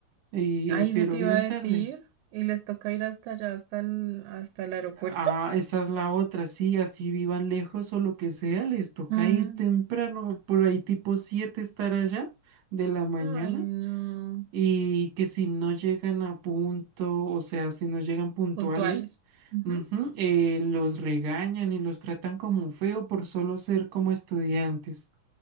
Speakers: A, on the right; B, on the right.
A: y,
B: Ay,
A: eh, pero
B: eso te
A: bien
B: iba a decir.
A: tarde.
B: Y les toca ir hasta allá, hasta el, hasta el aeropuerto.
A: Ah, esa es la otra, sí, así vivan lejos o lo que sea, les toca
B: Mm.
A: ir temprano, por ahí tipo 7 estar allá de la mañana
B: Ay, no.
A: Y que si no llegan a punto, o sea, si no llegan puntuales,
B: puntuales. Ujú.
A: ujú, eh, los regañan y los tratan como feo por solo ser como estudiantes.